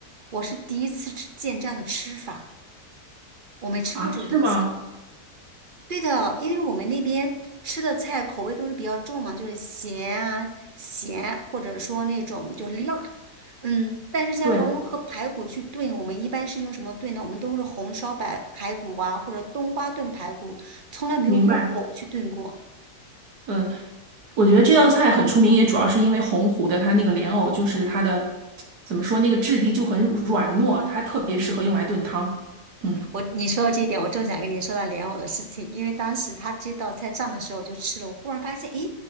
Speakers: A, on the right; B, on the right.
A: 我是第一次吃见这样的吃法，我没吃过这个东西。
B: 啊，是吗？
A: 对的，因为我们那边吃的菜口味都是比较重嘛，就是咸啊、咸，或者说那种就辣，嗯。但是像这种和排骨去炖，
B: 对，
A: 我们一般是用什么炖呢？我们都是红烧白排骨啊，或者冬瓜炖排骨，从来没有用藕去炖过。
B: 明白，嗯，我觉得这道菜很出名，也主要是因为洪湖的它那个莲藕，就是它的怎么说，那个质地就很软糯，它特别适合用来炖汤。嗯，
A: 我你说到这一点，我正想跟你说到莲藕的事情，因为当时他这道菜上的时候我就吃了，我忽然发现，诶，